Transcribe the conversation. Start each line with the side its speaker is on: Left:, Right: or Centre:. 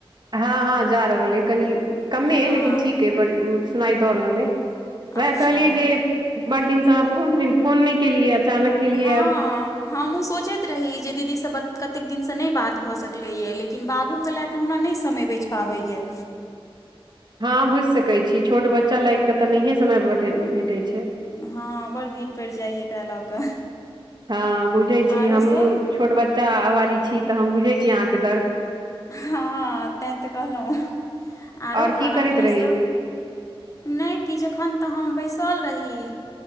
Right: हाँ-हाँ जा रहल अए कनि कमे
Left: हँ
Right: लेकिन ठीक अए बड़ सुनाइ दऽ रहल अए। वैहाए
Left: अच्छा
Right: कहलियै जे बड़ दिनसँ अहाँ फोन फोन नै केलियै। अचानक केलियै
Left: हाँ। हमु सोचैत रही जे दीदी से बात कतेक दिन से नै बात भऽ सकलै या ल किन बाबूके लाए कऽ हमरा नै समय बैच पाबै या।
Right: हाँ बुझ सकै छी छोट बच्चा लाएग के तऽ नहिये समय बटे भेटै छैय।
Left: हाँ बड़ भीड़ पैड़ जाइ एकरा लऽ कऽ,
Right: हाँ बुझै छी
Left: आरो
Right: हमहूँ
Left: सब
Right: छोट बच्चा वाली छी तऽ हम बुझै छी अहाँके दर्द‌।
Left: हाँ तैय तऽ कहलों आरो
Right: आओर
Left: खाना-पीना
Right: की करैत रही
Left: सब! ने किछ एखन तऽ हम बैसल रही।